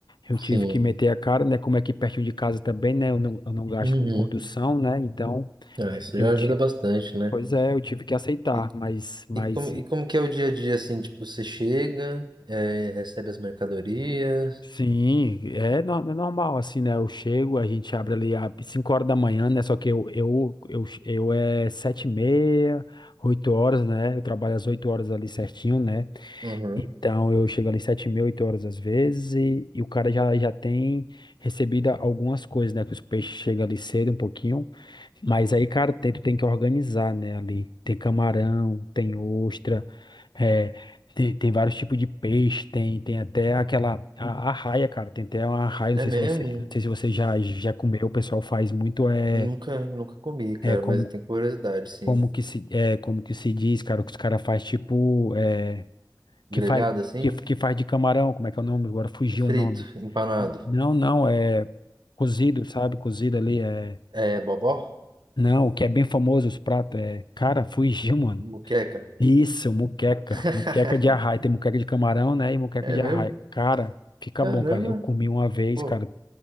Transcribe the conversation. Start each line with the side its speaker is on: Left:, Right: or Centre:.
Left: eu tive
Right: Sim.
Left: que meter a cara, né? Como é aqui pertinho de casa também, né? Eu não, eu não gasto
Right: Uhum.
Left: com condução, né? Então,
Right: Ah, isso
Left: eu
Right: já
Left: tive.
Right: ajuda bastante, né?
Left: Pois é, eu tive que aceitar.
Right: E,
Left: Mas, mas
Right: e, como, e como que é o dia a dia, assim? Tipo, você chega, é, recebe as mercadorias.
Left: sim, é, no- é normal, assim, né? Eu chego, a gente abre ali às 5 horas da manhã, né? Só que eu, eu, eu, eu é sete e meia, 8 horas, né? Eu trabalho às 8 horas ali certinho, né?
Right: Uhum.
Left: Então, eu chego ali sete mil, oito horas às vezes, e, e o cara já, já tem recebido algumas coisas, né? Que os peixes chegam ali cedo um pouquinho. Mas aí, cara, tem, tu tem que organizar, né? Ali tem camarão, tem ostra, é, tem, tem vários tipos de peixe, tem, tem até aquela a, arraia, cara. Tem até uma arraia,
Right: É
Left: não sei
Right: mesmo?
Left: se você, não sei se você já, já comeu, o pessoal faz muito, é,
Right: Nunca, nunca comi, cara,
Left: é como,
Right: mas eu tenho curiosidade, sim.
Left: como que se, é, como que se diz, cara, que os caras faz tipo. É,
Right: Grelhado,
Left: que faz
Right: assim?
Left: que, que faz de camarão, como é que é o nome? Agora fugiu
Right: Frito,
Left: o nome.
Right: empanado.
Left: Não, não, é cozido, sabe? Cozido ali é
Right: É, bobó?
Left: Não, o que é bem famoso os pratos é, cara, fugiu, mano.
Right: Moqueca?
Left: Isso, muqueca,
Right: <laughs>
Left: muqueca de arraia, tem muqueca de camarão, né? E muqueca
Right: É
Left: de
Right: mesmo?
Left: arraia. Cara, fica
Right: Caramba,
Left: bom, cara. Eu comi uma vez,
Right: pô.
Left: cara.